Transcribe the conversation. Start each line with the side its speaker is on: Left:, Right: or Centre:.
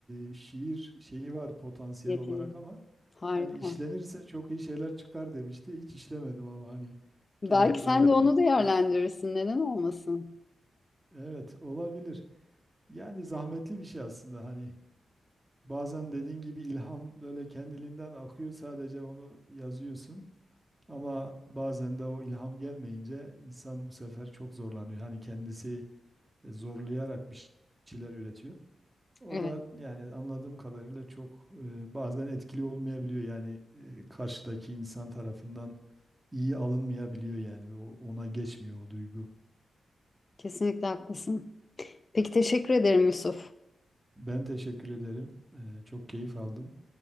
Right: e, şiir şeyi var potansiyel
Left: Yetenek.
Right: olarak ama
Left: Harika.
Right: hani işlenirse çok iyi şeyler çıkar demişti. Hiç işlemedim ama hani
Left: Belki
Right: gerek
Left: sen
Right: biraz
Left: de onu değerlendirirsin. Neden olmasın?
Right: Evet, olabilir. Yani zahmetli bir şey aslında hani bazen dediğin gibi ilham böyle kendiliğinden akıyor sadece onu yazıyorsun. Ama bazen de o ilham gelmeyince insan bu sefer çok zorlanıyor. Hani kendisi e, zorlayarak bir şeyler üretiyor. O
Left: Evet.
Right: da yani anladığım kadarıyla çok e, bazen etkili olmayabiliyor. Yani e, karşıdaki insan tarafından iyi alınmayabiliyor yani. O, ona geçmiyor o duygu.
Left: Kesinlikle haklısın. Peki teşekkür ederim Yusuf.
Right: Ben teşekkür ederim. E, çok keyif aldım.